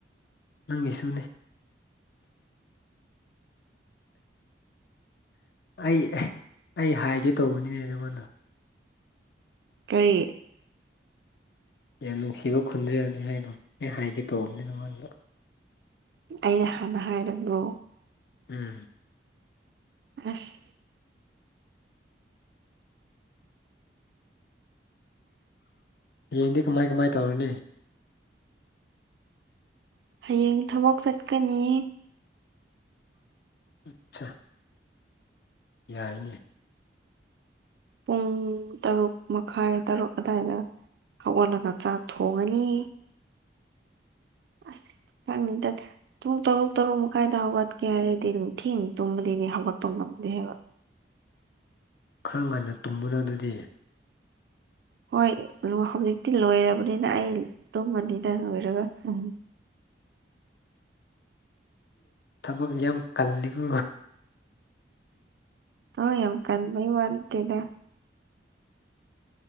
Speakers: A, on the left; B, on the right.
A: ꯅꯪꯒꯤꯁꯨꯅꯦ ꯑꯩ ꯑꯩ ꯍꯥꯏꯒꯦ ꯇꯧꯕꯅꯤꯅꯦ ꯅꯪꯉꯣꯟꯗ
B: ꯀꯔꯤ
A: ꯌꯥꯝ ꯅꯨꯡꯁꯤꯕ ꯈꯨꯟꯖꯦꯜꯅꯤ ꯍꯥꯏꯕꯣ ꯑꯩ ꯍꯥꯏꯒꯦ ꯇꯧꯕꯅꯤ ꯅꯉꯣꯟꯗ
B: ꯑꯩꯅ ꯍꯥꯟꯅ ꯍꯥꯏꯔꯕ꯭ꯔꯣ
A: ꯎꯝ
B: ꯑꯁ꯫
A: ꯍꯌꯦꯡꯗꯤ ꯀꯃꯥꯏ ꯀꯃꯥꯏ ꯇꯧꯔꯅꯤ꯫
B: ꯍꯌꯦꯡ ꯊꯕꯛ ꯆꯠꯀꯅꯤ꯫
A: ꯑꯆꯥ꯫ ꯌꯥꯏꯅꯦ꯫
B: ꯄꯨꯡ ꯇꯔꯨꯛ ꯃꯈꯥꯏ ꯇꯔꯨꯛ ꯑꯗꯥꯋꯥꯏꯗ ꯍꯧꯒꯠꯂꯒ ꯆꯥꯛ ꯊꯣꯡꯉꯅꯤ꯫ ꯑꯁ ꯈꯥꯡꯅꯤꯡꯗ꯫ ꯄꯨꯡ ꯇꯔꯨꯛ ꯇꯔꯨꯛ ꯃꯈꯥꯏꯗ ꯍꯧꯒꯠꯀꯦ ꯍꯥꯏꯔꯗꯤ ꯑꯗꯨꯝ ꯊꯦꯡꯅꯥ ꯇꯨꯝꯕꯗꯤ ꯍꯧꯒꯠꯄ ꯉꯝꯗꯦ ꯍꯥꯏꯕ
A: ꯈꯔ ꯉꯟꯅ ꯇꯨꯝꯃꯨꯅ ꯑꯗꯨꯗꯤ
B: ꯍꯣꯏ ꯍꯧꯖꯤꯛꯇꯤ ꯂꯣꯏꯔꯕꯅꯤꯅ ꯑꯩ ꯇꯨꯝꯃꯅꯤꯗ ꯂꯣꯏꯔꯒ ꯎꯝ
A: ꯊꯕꯛ ꯌꯥꯝ ꯌꯥꯝ ꯀꯜꯂꯤ ꯀꯣ
B: ꯑ ꯌꯥꯝ ꯀꯟ ꯃꯩ ꯋꯥꯇꯦꯗ